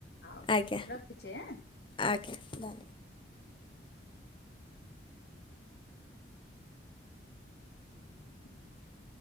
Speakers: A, on the left; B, on the left.
A: ହଉ
B: ଆଜ୍ଞା
A: ରଖୁଛିେ ଆଁ
B: ଆଜ୍ଞା ଧବା
A: ହ